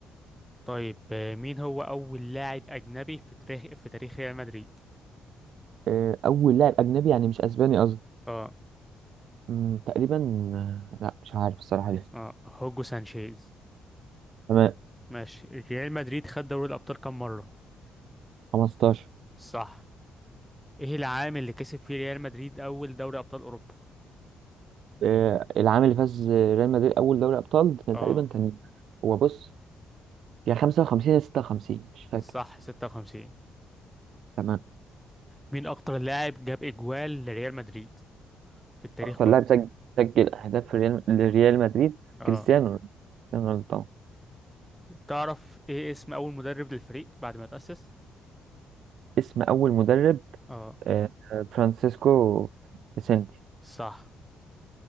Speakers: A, in the centre; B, on the right (about 70°).
A: طيب آه، مين هو اول لاعب اجنبي في تاريخ في تاريخ ريال مدريد
B: آه، اول لاعب اجنبي يعني مش اسباني قصدي
A: اه
B: مم، تقريبا آه، لا مش عارف الصراحه لسه
A: اه هوجو سانشيز
B: تمام
A: ماشي ريال مدريد خد دوري الابطال كام مره
B: 15
A: صح ايه العام اللي كسب فيه ريال مدريد اول دوري ابطال اوروبا
B: آه، العام اللي فاز ريال مدريد اول دوري ابطال كان
A: اه
B: تقريبا كان هو بص يا 55 يا 56 مش فاكر
A: صح 56
B: تمام
A: مين اكتر لاعب جاب اجوال لريال مدريد في التاريخ
B: اكتر
A: كله
B: لاعب سجل سجل اهداف في ريال لريال مدريد
A: اه
B: كريستيانو رونالدو كريستيانو رونالدو طبعا
A: تعرف ايه اسم اول مدرب للفريق بعد ما تأسس
B: اسم أول مدرب
A: اه
B: آه، آه، فرانسيسكو فيسنتي
A: صح